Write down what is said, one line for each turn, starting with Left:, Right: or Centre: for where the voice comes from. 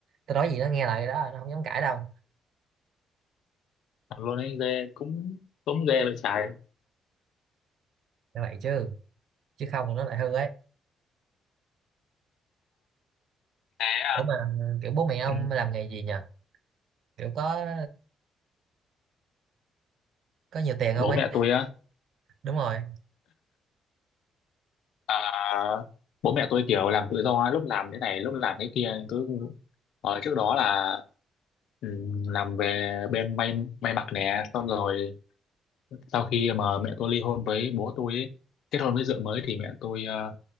Right: tôi nói gì nó nghe lại cái đó nó không dám cãi đâu
Left: làm luôn anh ghê cũng cũng ghê vậy trái
Right: như vậy chứ chứ không là nó lại hư ấy
Left: thế à,
Right: ủa mà kiểu bố mẹ ông
Left: ừ.
Right: làm nghề gì nhờ kiểu có có nhiều tiền không
Left: bố
Right: ấy
Left: mẹ tôi á
Right: đúng rồi
Left: à, bố mẹ tôi kiểu làm tự do lúc làm thế này lúc làm thế kia tôi ở trước đó là ừ, làm về bên may may mặc nè xong rồi sau khi mà mẹ tôi ly hôn với bố tôi ấy, kết hôn với vợ mới thì mẹ tôi ờ,